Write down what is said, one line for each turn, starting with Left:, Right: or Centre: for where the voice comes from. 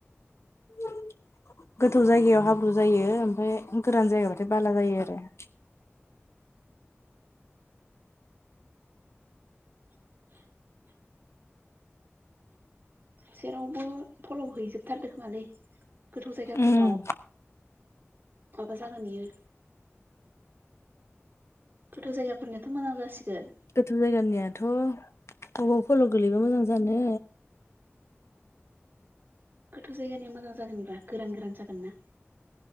Left: <inaudible> गोथौ जायगायाव हाब्रु जायो ओमफाय गोरान जायगाबाथाय बाला जायो आरो। <inaudible>
Right: <inaudible> जेरावबो फल' हैजोबथारदो खोमालै। गोथौ जायगाफोराव
Left: उम
Right: माबा जागोन इयो। गोथौ' जायगाफोरनियाथ' मोजां जासिगोन।
Left: गोथौ जायगानियाथ' अबाव फल' गोलैबा मोजां जानो।
Right: गोथौ जायगानिया मोजां जागोनब्रा गोरान गोरान जागोन ना